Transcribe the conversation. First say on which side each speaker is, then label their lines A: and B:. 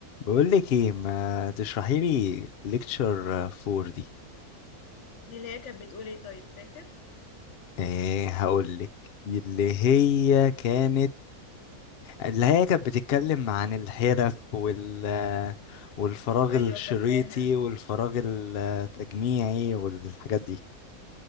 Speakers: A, on the left (about 75°); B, on the left (about 55°).
A: بقول لك ايه ما تشرحي لي ليكتشر 4 دي
B: دي اللي هي كانت بتقول ايه طيب فاكر
A: ايه هقول لك اللي هي كانت اللي هي كانت بتتكلم عن الحرف وال والفراغ
B: ايوه
A: الشريطي
B: فاكراها
A: والفراغ التجميعي والحاجات دي